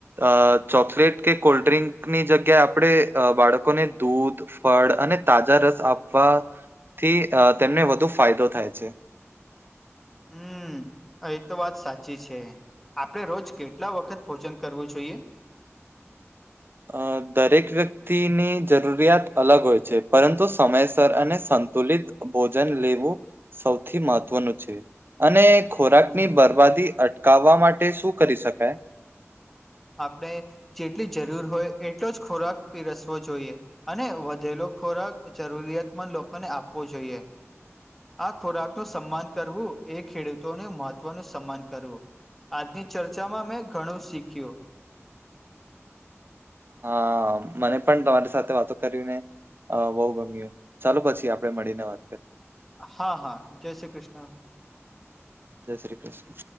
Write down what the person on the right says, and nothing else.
અ ચોકલેટ કે કોલ્ડ્રિંકસની જગ્યાએ આપણે બાળકોને દૂધ ફળ અને તાજા રસ આપવા થી તેમને વધુ ફાયદો થાય છે.
અ દરેક વ્યક્તિની જરૂરિયાત અલગ હોય છે, પરંતુ સમયસર અને સંતુલિત ભોજન લેવું સૌથી મહત્વનું છે, અને ખોરાક
ની બરબાદી અટકાવવા માટે શું કરી શકાય?
હા, મને પણ તમારી સાથે વાતો કરવી ને બહુ ગમ્યું, ચાલો પછી આપણે મળીને વાત કરી.
જય શ્રી કૃષ્ણ.